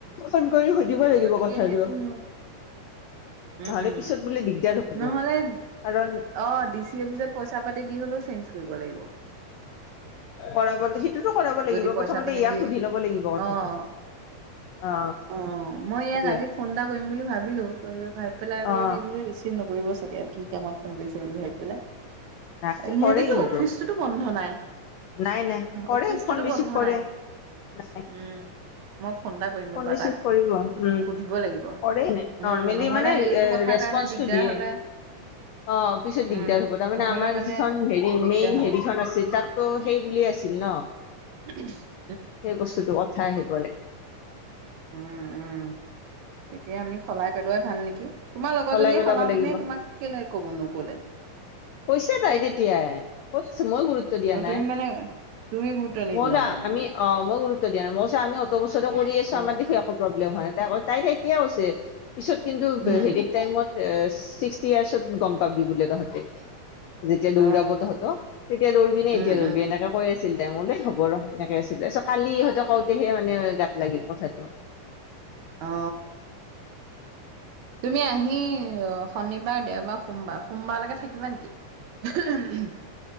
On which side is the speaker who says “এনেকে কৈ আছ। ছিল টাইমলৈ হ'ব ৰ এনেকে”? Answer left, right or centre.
Left